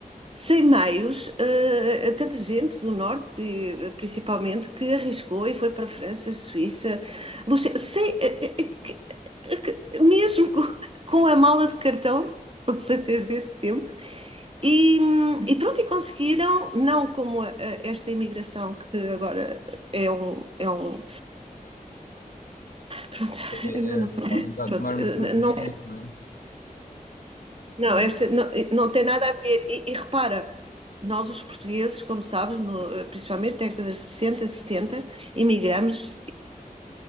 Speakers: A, on the right (about 40°); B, on the left (about 80°).
A: sem meios, eh, a tanta gente do norte, eh, principalmente, que arriscou e foi para a França, Suíça, Luxem- sem, eh, eh, eh, que- eh, que- mesmo com, com a mala de cartão, <laughs> os aceiros desse tempo, e, hum, e pronto, e conseguiram, não como a- a- esta imigração que agora é um, é um pronto, <laughs>
B: É, é,
A: é melhor não
B: é,
A: falar,
B: realmente
A: mas
B: está a
A: pronto,
B: tomar umas
A: eh,
B: proporções,
A: não
B: não é?
A: Não,
B: Realmente,
A: esta não, não tem nada a ver. E, e repara, nós os portugueses, como sabes, no, principalmente na década de 60, 70, emigramos,